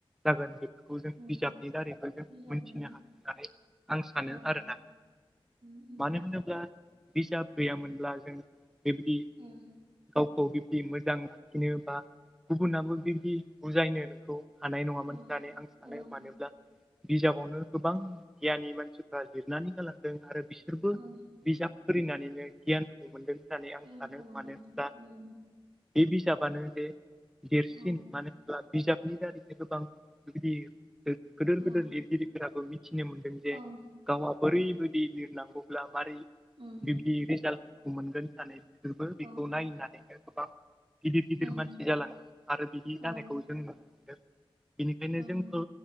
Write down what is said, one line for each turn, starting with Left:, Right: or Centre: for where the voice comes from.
Centre: जागोन बेखौ बेखौ जों
Right: उम
Centre: बिजाबनि दारैबो जों
Right: बिजाबनि
Centre: मोनथिनो हादों होननानै आं सानो
Right: थाखाय ओं
Centre: आरोना।
Right: उम उम
Centre: मानो होनोब्ला बिजाब गैयामोनब्ला जों बेबायदि
Right: उम
Centre: गावखौ बिबदि मोजां लाखिनो बा गुबुनाबो बिब्दि बुजायनो नोंखौ हानाय नङामोन
Right: अ
Centre: होननानै आं सानो
Right: ओं
Centre: मानोब्ला बिजाबावनो गोबां गियााननि मानसिफ्रा लिरनानै गालांदों आरो बिसोरबो
Right: ओं
Centre: बिजाब फोंनानैनो गियानखौ मोनदों होननानै आं
Right: गियानखौ
Centre: सानो
Right: मोनदों
Centre: मानो होनब्ला
Right: उम
Centre: बे बिजाबानो जे देरसिन
Right: अ
Centre: मानो होनब्ला बिजाबनि दारैनो गोबां बिदि गिदिर
Right: अ
Centre: गिदिर लिरगिरिफोराबो मि मिथिनो मोन्दों जे
Right: ओं
Centre: गावहा बोरैबायदि लिरनांगौब्ला मारै
Right: उम
Centre: बिब्दि रिजाल्ट मोनगोन होन सानै बिसोरबो
Right: अ
Centre: बेखौ नायनानैनो गोबां गिदिर गिदिर
Right: उम
Centre: मानसि जालाङो आरो बिदि
Right: औ
Centre: जानायखौ जों नुनो मोनो बेनिखायनो
Right: ओं
Centre: जोंखौ